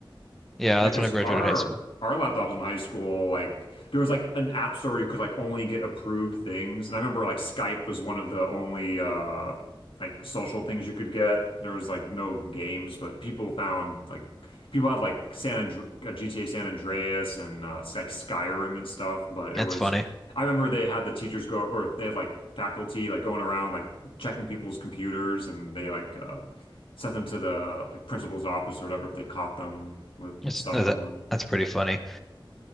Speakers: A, in the centre; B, on the left.
A: Yeah,
B: Yeah,
A: that's
B: because
A: when I graduated
B: our
A: high school.
B: our laptops in high school, like there was like an app store where you could like only get approved things. And I remember like Skype was one of the only uh like social things you could get. There was like no games, but people found like people had like San Andre uh, GTA San Andreas and uh, like Skyrim and stuff. But
A: That's
B: it was
A: funny.
B: I remember they had the teachers go or they had like faculty like going around like checking people's computers and they like uh, sent them to the like principal's office or whatever if they caught them with
A: That's,
B: stuff
A: that's
B: on them.
A: that's pretty funny.